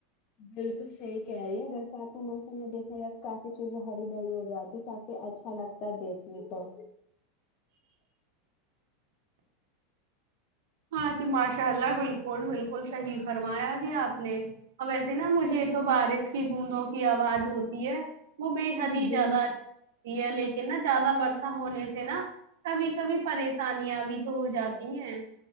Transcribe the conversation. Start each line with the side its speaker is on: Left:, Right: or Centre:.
Left: بالکل صحیح کہہ رہی ہے برسات کے موسم میں دیکھا جائے تو کافی چیزیں ہری بھری ہو جاتی کافی اچھا لگتا کا دیکھنے کو
Right: ہاں جی ماشاء اللہ بالکل بالکل صحیح فرمایا جی آپ نے اور ویسے نا مجھے تو بارش کی بوندوں کی آواز ہوتی ہے وہ بے بے حد ہی
Left: جو
Right: زیادہ
Left: مٹی
Right: اچھی ہے لیکن نا زیادہ برسا ہونے سے نا کبھی کبھی پریشانیاں بھی تو ہو جاتی ہیں